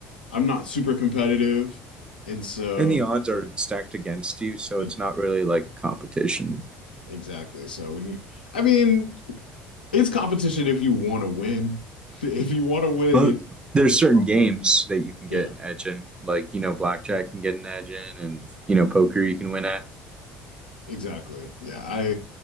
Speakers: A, on the left (about 85°); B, on the right (about 20°).
A: I'm not super competitive and so
B: And the odds are stacked against you, so
A: e-
B: it's not really like a competition.
A: exactly. So when you I mean, it's competition if you want to win. <laughs> If you want to win
B: Well,
A: it,
B: there's
A: it
B: certain games that you can get
A: yeah.
B: an edge in, like, you know, blackjack can get an edge in and, you know, poker you can win at.
A: Exactly. Yeah, I